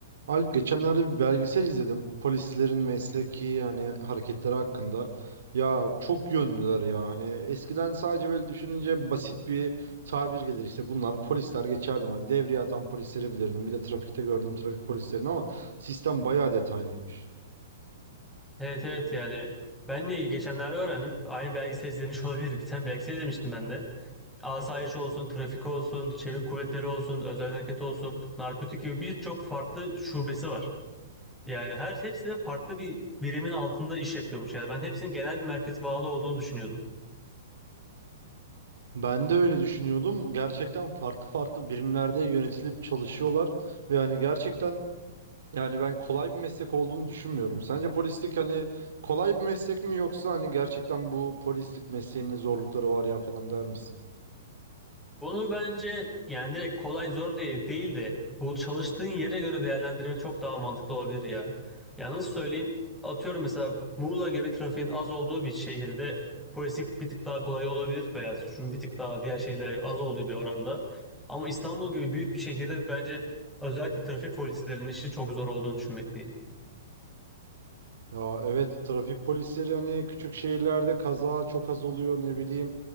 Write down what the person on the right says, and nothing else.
Alp geçenlerde bir belgesel izledim. Polislerin mesleki hani hareketleri hakkında. Ya çok yönlüler ya. Hani eskiden sadece böyle düşününce basit bir tabir gelir işte bunlar polisler geçerdim. Hani devriye atan polisleri bilirdim. Bir de trafikte gördüğüm trafik polislerini ama sistem bayağı detaylıymış.
Ben de öyle düşünüyordum. Gerçekten farklı farklı birimlerde yönetilip çalışıyorlar ve hani gerçekten Yani ben kolay bir meslek olduğunu düşünmüyorum. Sence polislik hani kolay bir meslek mi yoksa hani gerçekten bu polislik mesleğinin zorlukları var ya falan der misin?
Ya evet trafik polisleri hani küçük şehirlerde kaza çok az oluyor ne bileyim